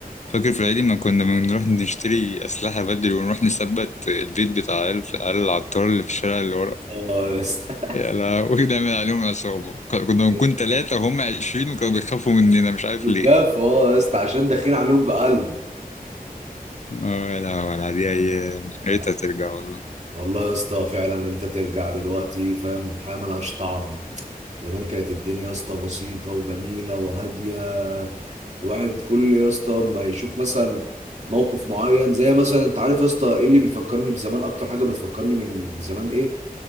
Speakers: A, on the left (about 50°); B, on the right (about 50°).
A: فاكر في العيد ما كنا بنروح نشتري أسلحة بدري ونروح نثبت البيت بتاع عيال عيال العطار اللي في الشارع اللي ورا
B: اه يا اسطى
A: يا لهوي نعمل عليهم عصابة كنا كنا
B: يا
A: بنكون
B: اسطى
A: تلاتة وهم عشرين وكانوا بيخافوا مننا مش عارف ليه
B: خفاف
A: <laughs>
B: اه يا اسطى عشان داخلين عليهم بقلب
A: اه لا ولا دي أيام يا
B: أنا-
A: ريتها ترجع والله
B: والله يا اسطى فعلا ان انت ترجع دلوقتي فاهم الحياه ملهاش طعم زمان كانت الدنيا يا اسطى بسيطه وجميله وهاديه الواحد كل يا اسطى ما يشوف مثلا موقف معين زي مثلا انت عارف يا اسطى ايه اللي بيفكرني بزمان اكتر حاجه بتفكرني من بزمان ايه